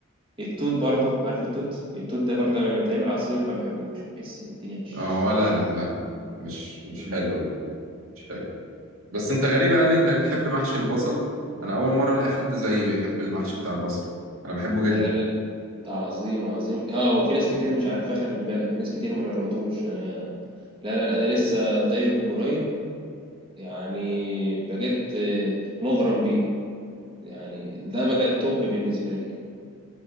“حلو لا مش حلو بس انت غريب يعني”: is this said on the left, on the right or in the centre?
Right